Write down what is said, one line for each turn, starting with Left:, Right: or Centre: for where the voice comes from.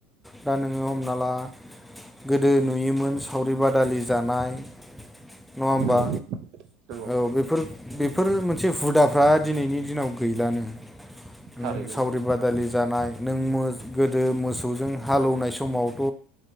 Centre: दा नोंङो हमना ला गोदो नुयोमोन सावरि बादालि जानाय नंङा होमबा
Right: नंगौ नंगौ
Centre: औ बेफोर बेफोर मोन इस हुदाफ्रा दिनैनि दिनाव गैलानो नों
Right: थारैनो
Centre: सावरि
Right: नोंथां
Centre: बाद बादि जानाय नों गोदो मोसौजों हालौनाय समावथ'